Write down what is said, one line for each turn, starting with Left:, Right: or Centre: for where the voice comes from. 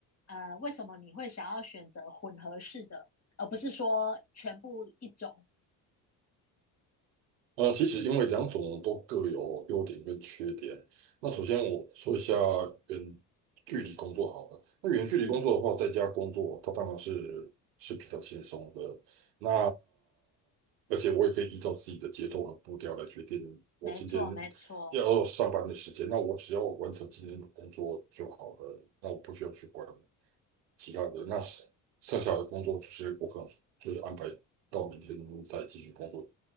Left: 呃，为什么你会想要选择混合式的，而不是说全部一种？
Right: 呃，其实因为两种都各有优点跟缺点。那首先我说一下远距离工作好了。那远距离工作的话，
Left: 嗯，
Right: 在家工作，它当然是是比较轻松的。那而且我也可以依照自己的节奏和步调来决定我今天
Left: 没错，没错。
Right: 要上班的时间。那我只要完成今天的工作就好了，那我不需要去管其他的。那剩下的工作就是我可能就是安排到明天再继续工作。